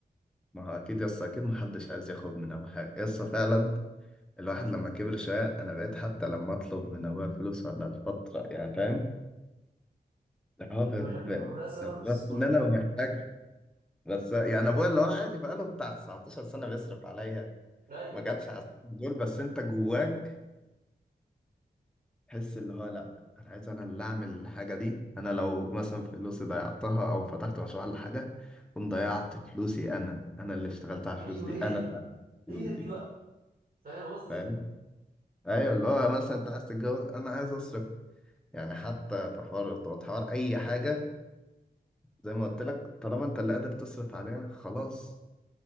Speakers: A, in the centre; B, on the right.
A: ما هو اكيد يس اكيد محدش عايز ياخد من ابوه حاجه يس فعلا الواحد لما كبر شويه انا بقيت حتى لما اطلب من ابويا فلوس ولا الفتره يعني فاهم اه
B: ما
A: ب-
B: هو يا ابني
A: ب-
B: ما هو ده سبب
A: رغم
B: اساسي برضه
A: ان انا
B: إنه-
A: محتاجها بس يعني ابويا اللي هو عادي بقاله بتاع 19 سنه بيصرف عليا
B: ايوه
A: ما جاتش
B: ايوه
A: على السنين دول بس انت جواك تحس اللي هو لا انا عايز انا اللي اعمل الحاجه دي انا لو مثلا فلوسي ضيعتها او فتحت مشروع ولا حاجه كنت ضيعت فلوسي انا انا اللي اشتغلت على
B: أيوه،
A: الفلوس دي
B: هي
A: انا
B: دي
A: اللي عملت الفلوس
B: هي
A: دي
B: دي بقى فاهم قصدي
A: فاهم ايوه اللي هو مثلا انت عايز تتجوز انا عايز اصرف يعني حتى في حوار الارتباط حوار اي حاجه زي ما قلت لك طالما انت اللي قادر تصرف عليها خلاص